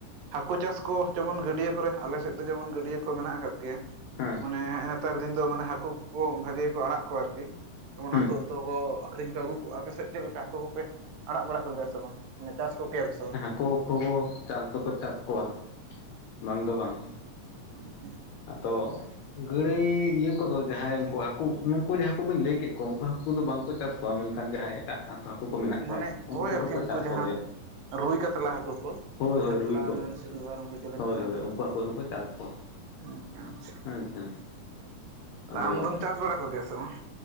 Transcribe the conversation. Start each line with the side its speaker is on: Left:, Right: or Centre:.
Right: ᱦᱟᱹᱠᱩ ᱪᱟᱥ ᱠᱚ ᱡᱮᱢᱚᱱ ᱜᱟᱹᱰᱭᱟᱹ ᱠᱚᱨᱮ ᱟᱞᱮᱥᱮᱫ ᱫᱚ ᱡᱮᱢᱚᱱ ᱜᱟᱹᱰᱭᱟᱹ ᱠᱚ ᱢᱮᱱᱟᱜ ᱟᱠᱟᱫ ᱜᱮᱭᱟ
Left: ᱦᱮᱸ
Right: ᱢᱟᱱᱮ ᱱᱮᱛᱟᱨ ᱫᱤᱱ ᱫᱚ ᱢᱟᱱᱮ ᱦᱟᱹᱠᱩ ᱠᱚᱠᱚ ᱵᱷᱟᱜᱤ ᱜᱮᱠᱚ ᱟᱲᱟᱜ ᱠᱚᱣᱟ ᱟᱨᱠᱤ? ᱡᱮᱢᱚᱱ
Left: ᱦᱮᱸ
Right: ᱟᱹᱛᱩ ᱟᱹᱛᱩ ᱠᱚ ᱟᱹᱠᱷᱨᱤᱧ ᱠᱚ ᱟᱹᱜᱩ ᱠᱚᱣᱟ ᱟᱯᱮᱥᱮᱫ ᱪᱮᱫ ᱞᱮᱠᱟ ᱦᱟᱹᱠᱩ ᱠᱚᱯᱮ ᱟᱲᱟᱜ ᱵᱟᱲᱟ ᱠᱚᱜᱮᱭᱟ ᱥᱮ ᱵᱟᱝ ᱟᱱᱮ ᱪᱟᱥ ᱠᱚᱜᱮᱭᱟ ᱯᱮ ᱥᱮ ᱵᱟᱝ?
Left: ᱦᱟᱹᱠᱚ ᱠᱚᱦᱳ ᱪᱟᱥ ᱫᱚᱠᱚ ᱪᱟᱥ ᱠᱚᱣᱟ ᱵᱟᱝ ᱫᱚ ᱵᱟᱝ᱾
Right: ᱦᱳᱛ <unintelligible>
Left: ᱟᱫᱚ ᱜᱟᱹᱲᱟᱹᱭ ᱤᱭᱟᱹ ᱠᱚᱫᱚ ᱡᱟᱦᱟᱸᱭ ᱩᱱᱠᱩ ᱦᱟᱹᱠᱩ ᱱᱩᱠᱩ ᱡᱟᱦᱟᱸ ᱦᱟᱹᱠᱩ ᱠᱩᱧ ᱞᱟᱹᱭ ᱠᱮᱫ ᱠᱚᱣᱟ ᱩᱱᱠᱩ ᱦᱟᱹᱠᱩ ᱫᱚ ᱵᱟᱝᱠᱚ ᱪᱟᱥ ᱠᱚᱣᱟ ᱢᱮᱱᱠᱷᱟᱱ ᱡᱟᱦᱟᱸᱭ ᱮᱴᱟᱜ ᱦᱟᱹᱠᱩ ᱠᱚ ᱢᱮᱱᱟᱜ ᱠᱚᱣᱟ
Right: ᱢᱟᱱᱮ
Left: ᱩᱱᱠᱩ
Right: ᱦᱳᱭ
Left: ᱠᱚᱫᱚ
Right: ᱟᱨᱠᱤ
Left: ᱠᱚ ᱪᱟᱥ
Right: ᱩᱱᱠᱩ
Left: ᱠᱚᱜᱮᱭᱟ
Right: ᱡᱟᱦᱟᱸ ᱨᱩᱭ ᱠᱟᱛᱞᱟ ᱦᱟᱹᱠᱩ ᱠᱚ
Left: ᱦᱳᱭ
Right: ᱨᱩᱭ
Left: ᱦᱳᱭ
Right: ᱠᱟᱛᱞᱟ
Left: ᱠᱚ
Right: ᱡᱮᱢᱚᱱ ᱥᱤᱞᱵᱷᱟᱨ ᱩᱱᱠᱩ ᱪᱟᱹᱞᱮ
Left: ᱦᱳᱭ
Right: ᱠᱚ ᱢᱮᱱᱟᱜ
Left: ᱦᱳᱭ
Right: ᱠᱚ
Left: ᱩᱱᱠᱩ
Right: ᱫᱚ
Left: ᱦᱟᱹᱠᱩ ᱫᱚᱠᱚ ᱪᱟᱥ ᱠᱚᱣᱟ
Right: ᱟᱪᱪᱷᱟ ᱟᱪᱪᱷᱟ
Left: ᱦᱮᱸ ᱥᱮ ᱟᱫᱚ
Right: ᱟᱢᱫᱚᱢ ᱪᱟᱥ ᱵᱟᱲᱟ ᱠᱚᱜᱮᱭᱟ ᱥᱮ ᱵᱟᱝ?